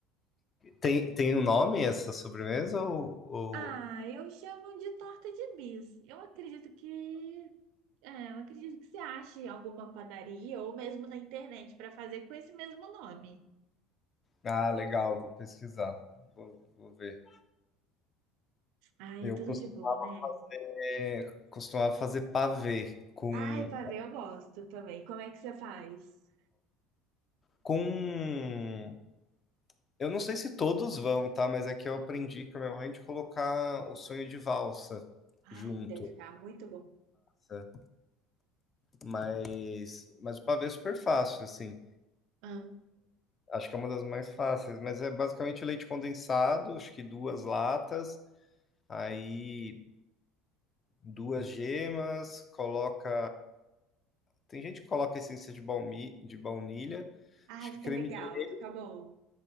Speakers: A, on the left; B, on the right.
A: tem, tem um nome essa sobremesa ou
B: Ah, eu chamo de torta de bis. Eu acredito que. É, eu acredito que você ache alguma padaria ou mesmo na internet para fazer com esse mesmo nome.
A: Ah, legal, vou pesquisar. Vou, vou ver.
B: Ai,
A: Eu
B: é tudo
A: costumava
B: de bom, né?
A: fazer, costumava fazer pavê com,
B: Ai, pavê eu gosto também. Como é que você faz?
A: com. Eu não sei se todos vão, tá? Mas é que eu aprendi com a minha mãe de colocar o sonho de valsa
B: Ai,
A: junto.
B: deve ficar muito bom.
A: tá? Mas, mas o pavê é super fácil, assim.
B: Ah,
A: Acho que é uma das mais fáceis, mas é basicamente leite condensado, acho que duas latas, aí duas gemas, coloca Tem gente que coloca essência de, baumi, de baunilha,
B: Ai,
A: acho que
B: fica
A: creme
B: legal,
A: de leite,
B: fica bom.